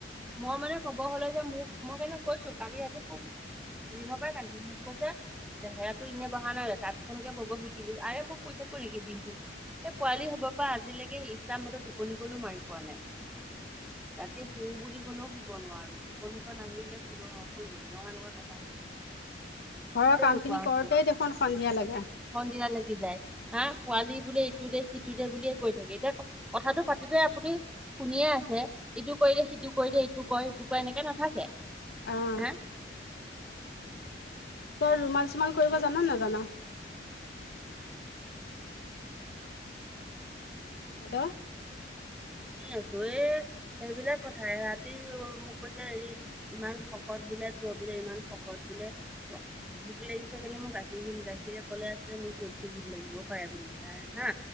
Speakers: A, in the centre; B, on the left.
A: মই মানে কব হলে যে মোক মই কাৰণে কৈছো কালি ৰাতি খুব দিনৰ পৰা কান্দিছে মোক কৈছে চেহেৰাটো এনে বহা নাই তাতখনকে বব শিকিবি আৰে মই শুই থাকো নেকি দিনটোত। এ পোৱালি হব পৰা আজিলৈকে ইচ্ছামতে টোপনি কনো মাৰিব- পোৱা নাই ৰাতি শু বুলি কলেও শুব নোৱাৰো। টোপনিখন আহিলে শুল হ শুই গ'ল এনেকুৱা এনেকুৱা কথা।
B: ঘৰৰ
A: শুবলে
B: কাম
A: নোপোৱা
B: খিনি
A: হৈছো
B: কৰোতে দেখোন সন্ধিয়া লাগে।
A: সন্ধিয়া লাগি যায়। হা পোৱালি বোলে ইটো দে সিটো দে বুলিয়ে কৈ থাকে এতিয়া কথাটো পাতিদে আপুনি শুনিয়ে আছে ইটো কৰি দিয়ে সিটো কৰি দে ইটো কয় সেইটো কয় এনেকে নাথাকে
B: অ',
A: হা
B: তই ৰুমাল চোমাল কৰিব জানা নাজানা? হেল্ল'
A: শুনি আছো এ সেইবিলাক কথাই ৰাতি মোক কৈছে হেৰি ইমান শকত বোলে ক বোলে ইমান শকত বোলে। ভোক লাগিছে কেনে মই গাখীৰ দিম গাখীৰে কলে আছিলে নি শুধ লাগিবও পাৰে বুলি তাই হা